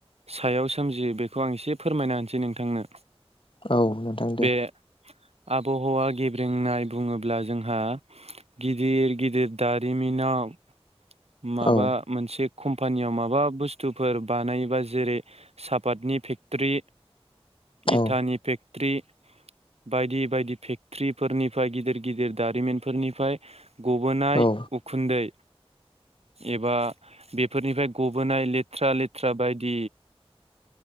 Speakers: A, on the right (about 75°); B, on the left (about 55°).
A: सायाव सोमजियो बेखौ आं एसे फोरमायना होनसै नोंथांनो।
B: औ नोंथां
A: बे
B: दे
A: आबहावा गेब्रेंनाय बुङोब्ला जोंहा गिदिर गिदिर दारिमिनाव माबा
B: औ
A: मोनसे कम्पानियाव माबा बुस्थुफोर बानायोबा जेरै सापातनि फेक्ट्री। इटानि
B: औ
A: पेक ट्रि बायदि बायदि फेक्ट्रिफोरनिफ्राय गिदिर गिदिर दारिमिनफोरनिफ्राय गबोनाय
B: औ
A: उखुन्दै एबा बेफोरनिफ्राय गबोनाय ले थ्रा लेथ्रा बायदि